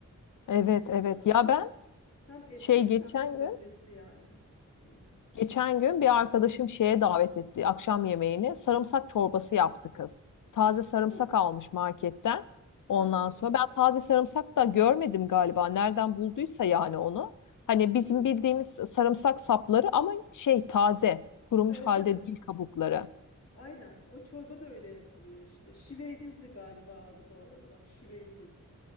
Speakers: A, on the left; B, on the left.
A: Evet
B: şeyle
A: evet.
B: beraber.
A: Ya ben
B: Hem etli
A: Şey geçen
B: hem de
A: gün,
B: lezzetli yani. Hı.
A: geçen gün bir arkadaşım şeye davet etti akşam yemeğini. Sarımsak çorbası yaptı kız. Taze sarımsak
B: Aa,
A: almış marketten.
B: ha,
A: Ondan sonra ben taze sarımsak da görmedim galiba. Nereden bulduysa yani onu. Hani
B: hı
A: bizim
B: hı.
A: bildiğimiz sarımsak sapları ama şey taze, kurumuş
B: Evet
A: halde
B: evet.
A: değil kabukları.
B: Aynen. O çorba da öyle yapılıyor işte. Şiveydiz de galiba adı bu arada. Bak şiveydiz.